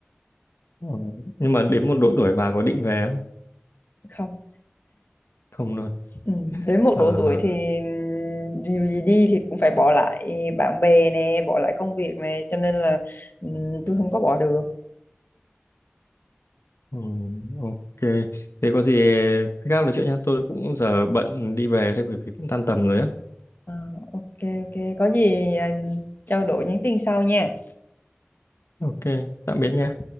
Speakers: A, on the left (about 80°); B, on the left (about 50°).
A: ờ. nhưng mà đến một độ tuổi bà có định về không
B: không
A: không luôn
B: ừ. đến một
A: Ờ,
B: độ tuổi thì dù gì đi thì cũng phải bỏ lại bạn bè nè bỏ lại công việc nè cho nên là ừ, tôi không có bỏ được
A: ừ, ok thế có gì khi khác nói chuyện nha tôi cũng giờ bận đi về thôi bởi vì cũng tan tầm rồi á
B: Ờ, ok ok có gì à, trao đổi nhắn tin sau nha
A: Ok, tạm biệt nha.